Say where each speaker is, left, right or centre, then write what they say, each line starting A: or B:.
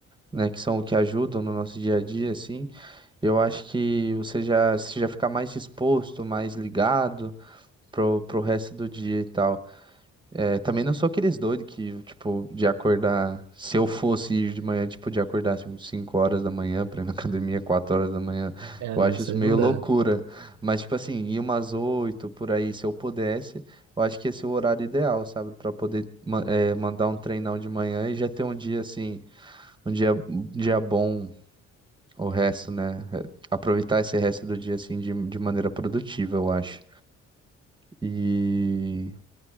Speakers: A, on the right; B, on the right.
A: né? Que são o que ajudam no nosso dia a dia, assim. Eu acho que você já, você já fica mais disposto, mais ligado pro, pro resto do dia e tal. É, também não sou aqueles doidos que, tipo, de acordar. Se eu fosse ir de manhã, tipo, de acordar tipo, 5 horas da manhã pra ir na <laughs> academia 4 horas da manhã.
B: É,
A: Eu
B: não,
A: acho
B: isso
A: isso
B: aí
A: meio
B: não dá.
A: loucura. Mas, tipo assim, ir umas 8 por aí, se eu pudesse, eu acho que esse é o horário ideal, sabe? Pra poder ma- é, mandar um treinão de manhã e já ter um dia, assim, um dia, um dia bom, o resto, né? É, Aproveitar esse resto do dia, assim, de, de maneira produtiva, eu acho. E.